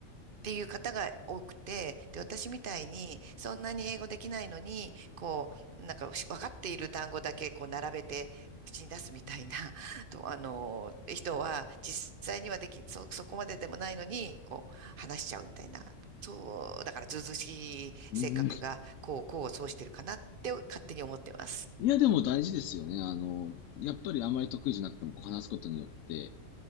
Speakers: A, on the right; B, on the left.
A: っていう方が多くて、で、私みたいに、そんなに英語できないのに、こう、なんか、分かっている単語だけ、こう、並べて、口に出すみたいな、<laughs> と、あの、人は、実際にはでき、そ、そこまででもないのに、こう、話しちゃうみたいな、そう、だから、ずうずうしい性格が、
B: うん。
A: こう、こう、そうしてるかなって、勝手に思ってます。
B: いや、でも大事ですよね。あの、やっぱりあまり得意じゃなくても、こう、話すことによって、